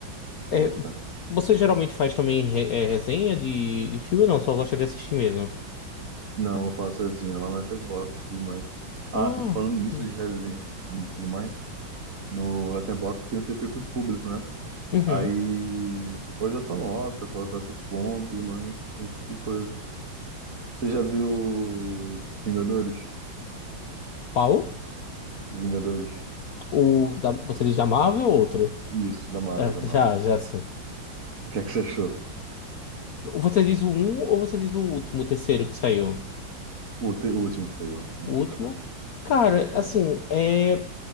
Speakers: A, on the right; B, on the left.
A: Você
B: É,
A: vai gostar.
B: você geralmente faz também re- é, resenha de, de filme ou não? Só gosta de assistir mesmo?
A: Não, eu vou falar sozinho, lá no Letterboxd e tudo mais. Ah,
B: Ah,
A: e falando nisso
B: hum,
A: de resenha e tudo mais, no Letterboxd tem o seu perfil público, né?
B: uhum.
A: Aí você pode dar sua nota, colocar seus pontos, tudo mais, esse tipo de coisa. Você já viu Vingadores?
B: Qual?
A: Vingadores?
B: O da, você diz da Marvel ou outro?
A: Isso, da Marvel,
B: É,
A: da Marvel.
B: já, já sim.
A: O que é que você achou?
B: Você diz o um ou você diz o último, o terceiro que saiu?
A: O, te- o último que saiu, o time
B: O
A: de
B: último?
A: Vingadores.
B: Cara,
A: É.
B: assim, é,